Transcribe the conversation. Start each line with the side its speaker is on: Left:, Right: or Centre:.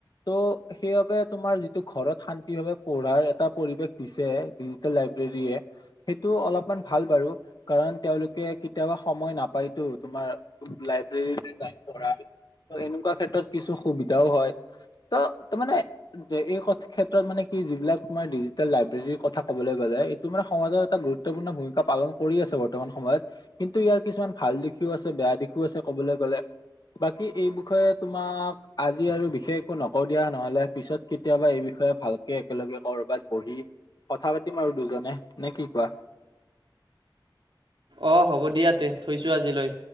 Left: ত' সেইবাবে তোমাৰ যিটো ঘৰত শান্তি ভাৱে পঢ়াৰ এটা পৰিৱেশ দি ছে ডিজিটেল লাইব্ৰেৰী য়ে সেইটো অলপমান ভাল বাৰু কাৰণ তেওঁলোকে কেতিয়াবা সম য় নাপায়টো তোমাৰ লাইব্ৰেৰীত যাই পঢ়া। এনেকুৱা ক্ষেত্ৰত কিছু সুবিধাও হয়। ত' তাৰ মানে এই ক্ষেত্ৰত মানে কি যিবিলাক তোমাৰ ডিজিটেল লাই ব্ৰেৰী কথা ক'বলৈ গ'লে ইটো মানে সমাজৰ গুৰুত্বপূৰ্ণ ভূমিকা পালন কৰি আছে বৰ্তমান সময়ত। কিন্তু ইয়াত কিছুমান ভাল দিশো আছে বেয়া দিশো আছে কবলৈ গ'লে। বাকী এই বিষয়ে তোমাক আজি আৰু বিশেষ একো নকওঁ দিয়া নহ'লে পিছত কেতিয়াবা এই বিষয়ে টে ভালকে একেলগে ক'ৰবাত বহি। কথা পাতিম আৰু দুজনে নে কি কোৱা।
Right: অ' হ'ব দিয়া তে থৈছোঁ আজিলৈ।